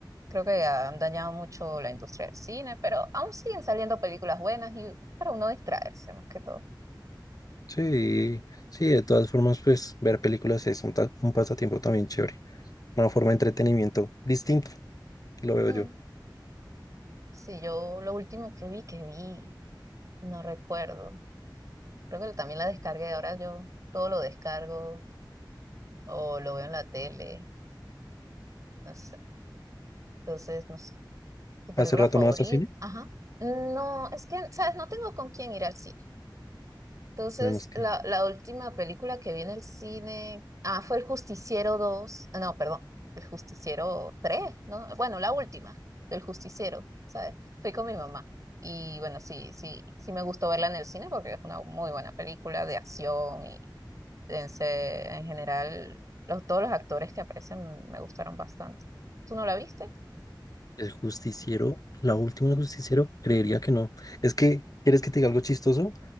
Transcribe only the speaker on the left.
Sí, sí, de todas formas, pues ver películas es un, ta- un pasatiempo también chévere. Una forma de entretenimiento distinto, lo veo
yo.
¿Hace rato
no vas a cine?
Menos que
El justiciero, la última del justiciero, creería que no. Es que, ¿quieres que te diga algo chistoso?